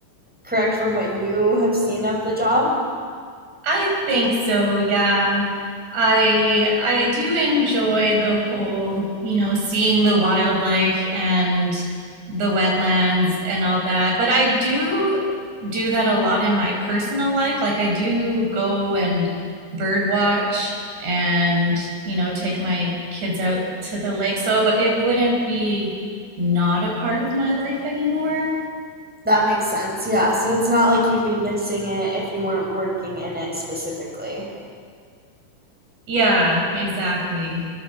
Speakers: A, in the centre; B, on the right.
A: correct from what you have seen of the job?
B: I think so, yeah. I I do enjoy the whole, you know, seeing the wildlife and the wetlands and all that. But I do do that a lot in my personal life. Like I do go and bird watch and, you know, take my kids out to the lake. So it wouldn't be not a part of my life anymore.
A: That makes sense. Yeah. So it's not like you'd be missing it if you weren't working in it specifically.
B: Yeah, exactly.